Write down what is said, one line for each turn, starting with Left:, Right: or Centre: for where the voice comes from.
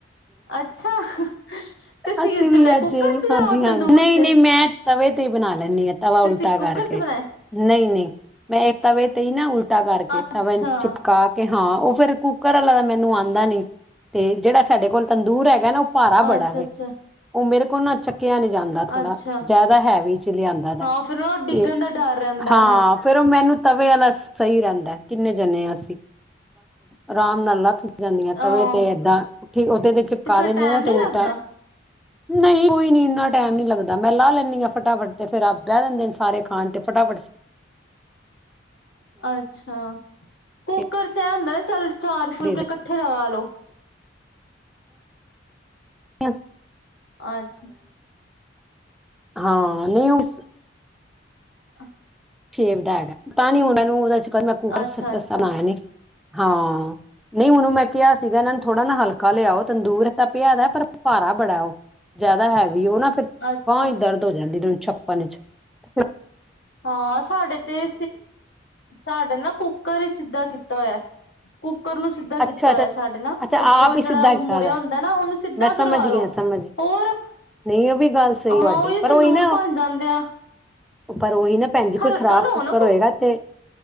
Left: ਅੱਛਾ ਤੁਸੀਂ
Centre: ਅਸੀਂ
Left: ਕਿਦੇ ਚ
Centre: ਵੀ
Left: ਬਣਾਏ
Centre: ਅੱਜ
Left: ਕੁੱਕਰ ਚ
Centre: ਹਾਂਜੀ
Left: ਜਾਂ
Centre: ਹਾਂਜੀ
Left: ਤੰਦੂਰ
Centre: ਨਹੀਂ
Left: ਚ
Centre: ਨਹੀਂ ਮੈਂ ਤਵੇ ਤੇ ਬਣਾ ਲੈਂਦੀ ਆ ਤਵਾ
Left: ਤੁਸੀਂ
Centre: ਉਲਟਾ
Left: ਕੁੱਕਰ
Centre: ਕਰਕੇ
Left: ਚ ਬਣਾਏ
Centre: ਨਹੀਂ ਨਹੀਂ ਮੈਂ ਤਵੇ ਤੇ ਨਾ ਉਲਚਟਾ ਕਰਕੇ
Left: ਅੱਛਾ
Centre: ਤਾਂਵੇ ਚਿਪਕਾ ਕੇ ਹਾਂ ਉਹ ਫਿਰ ਕੁੱਕਰ ਵਾਲਾ ਤਾਂ ਮੈਨੂੰ ਆਉਂਦਾ ਨੀ ਸਾਡੇ ਕੋਲ ਤੰਦੂਰ ਹੈਗਾ ਨਾ ਭਾਰਾ ਬੜਾ
Left: ਅੱਛਾ
Centre: ਵੇ
Left: ਅੱਛਾ
Centre: ਉਹ ਮੇਰੇ ਕੋ ਚੱਕ ੱਕਿਆ ਨ ਜਾਂਦਾ ਥੋੜਾ
Left: ਅੱਛਾ
Centre: ਜ਼ਿਆਦਾ ਹੈਵੀ ਚ ਲਿਆਂਦਾ ਦਾ
Left: ਹਾਂ ਫਿਰ ਨਾ ਡਿੱਗਣ
Centre: ਤੇ
Left: ਦਾ ਡਰ ਰਹਿੰਦਾ
Centre: ਹਾਂ ਫਿਰ ਉਹ ਮੈਨੂੰ ਤਵੇ ਵਲਾ ਸਹੀ ਰੇਦਾ ਕਿੰਨੇ ਜਣੇ ਹਾ ਅਸੀਂ ਅਰਾਮ ਨਾਲ ਲਥ ਜਾਂਦੀਆਂ ਤਵੇ
Left: ਆਹ
Centre: ਤੇ ਏਦਾਂ ਉਥੇ ਤੇ ਚਿਪਕਾ
Left: ਫਿਰ
Centre: ਦਿੰਦੀ
Left: ਟਾਈਮ
Centre: ਨਾ ਤੇ
Left: ਨੀ
Centre: ਉਲਟਾ
Left: ਲੱਗਦਾ
Centre: ਨਹੀਂ ਕੋਈ ਨ ਇੰਨਾ ਟਾਈਮ ਨਹੀਂੀ ਲੱਗਦਾ ਮੈਂ ਲਾ ਲੈਂਦੀ ਹਾਂ ਫਟਾਫਟ ਤੇ ਫੇਿਰ ਆਪ ਬਹਜਾਦੇ ਨੇ ਸਾਰੇ ਖਾਣ ਤੇ ਫਟਾਫਟ
Left: ਅੱਛਾ ਕੁੱਕਰ
Centre: ਕੇ
Left: ਚ ਇਹ ਹੁੰਦਾ ਚੱਲ ਚਾਰ ਫੁਲਕੇ
Centre: ਦੇ ਦਿੰਦੀ
Left: ਇਕੱਠੇ ਲਗਾ ਲਓ
Centre: ਅਸੀਂ
Left: ਅੱਛਾ
Centre: ਹਾਂ ਨਹੀਂ ਉਸ
Left: ਆ
Centre: ਸਵੇ ਦਾ ਐਡ <unintelligible> ਤਾਂ ਨੀ ਉਹਨਾਂ ਨੂੰ ਉਹਦੇ ਸਕੂਟਰ ਨਹੀ
Left: ਅੱਛਾ-ਅੱਛਾ,
Centre: ਦੱਸਾਇਆ
Left: ਅੱਛਾ
Centre: ਨ <unintelligible> ਹਾਂ ਨਹੀਂ ਉਹਨੂੰ ਮੈਂ ਕਿਹਾ ਸੀਗਾ ਇਹਨਾਂ ਨੂੰ ਥੋੜ੍ਹਾ ਨਾ ਹਲਕਾ ਲਿਆਓ ਤੰਦੂਰ ਤਪਿਆ ਤੇ ਹੈ ਪਰ ਭਾਰਾ ਬੜਾ ਉਹ ਜ਼ਿਆਦਾ ਹੈਵੀ ਵੀ ਉਹ ਨਾ ਫਿਰ
Left: ਅੱਛਾ
Centre: ਬਾਹ ਹੀ ਦਰਦ ਹੋ ਜਾਂਦੀ ਚੱਕਾਣ <unintelligible>
Left: ਹਾਂ ਸਾਡੇ ਤੇ ਸਾਡੇ ਨਾ ਕੁੱਕਰ ਸਿੱਧਾ ਕੀਤਾ ਹੋਇਆ ਕੁਕਰ ਕੁਕਰ ਨੂੰ ਸਿੱਧਾ
Centre: ਅੱਛਾ
Left: ਕੀਤਾ
Centre: ਅੱਛਾ
Left: ਹੋਯੈ ਸਾਡੇ ਨਾ
Centre: ਅੱਛਾ
Left: ਉੱਪਰੋਂ
Centre: ਆਪ ਹੀ ਸਿੱਧਾ
Left: ਜੇੜਾ
Centre: ਕੀਤਾ
Left: ਮੁੜਿਆ
Centre: ਦਾ
Left: ਹੁੰਦੈ ਨਾ ਔਨੂੰ ਸਿੱਧਾ
Centre: ਮੈਂ ਸਮਝ
Left: ਕਰਵਾ
Centre: ਗਈ
Left: ਲੋ
Centre: ਸਮਝ ਗਈ
Left: ਹੋਰ
Centre: ਨਹੀਂ ਉਹ ਵੀ ਗੱਲ ਸਹੀ
Left: ਹਾਂ
Centre: ਤੁਹਾਡੀ
Left: ਓਹੀਓ
Centre: ਪਰ
Left: ਤੰਦੂਰ
Centre: ਉਹੀ ਨਾ
Left: ਬਣ ਜਾਂਦੇ ਆ।
Centre: ਪਰ ਓਹੀ ਨਾ ਭੈਣ ਜੀ ਕੋਈ
Left: ਹਲਕਾ
Centre: ਖ਼ਰਾਬ
Left: ਲਓ
Centre: ਕੁੱਕਰ
Left: ਨਾ
Centre: ਹੋਏਗਾ ਤੇ